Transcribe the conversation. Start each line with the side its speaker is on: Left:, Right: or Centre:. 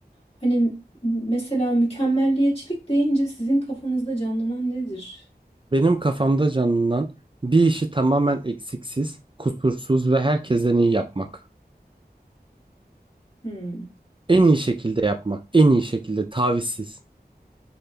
Left: hani mesela mükemmelliyetçilik deyince sizin kafanızda canlanan nedir?
Right: Benim kafamda canlanan bir işi tamamen eksiksiz, kusursuz ve herkesten iyi yapmak.
Left: Hmm.
Right: En iyi şekilde yapmak, en iyi şekilde, tavizsiz.